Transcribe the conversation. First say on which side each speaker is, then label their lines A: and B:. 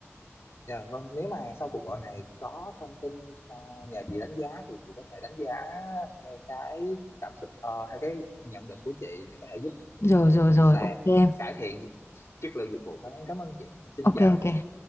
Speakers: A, on the left; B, on the left.
A: dạ vâng nếu mà sau cuộc gọi này có thông tin ờ, nhờ chị đánh giá thì chị có thể đánh giá theo cái cảm xúc ờ, theo cái nhận định của chị để có thể giúp
B: Rồi rồi rồi
A: sàn
B: ok em.
A: cải thiện chất lượng dịch vụ hơn em cảm ơn chị em xin
B: Ok
A: chào
B: ok.
A: chị.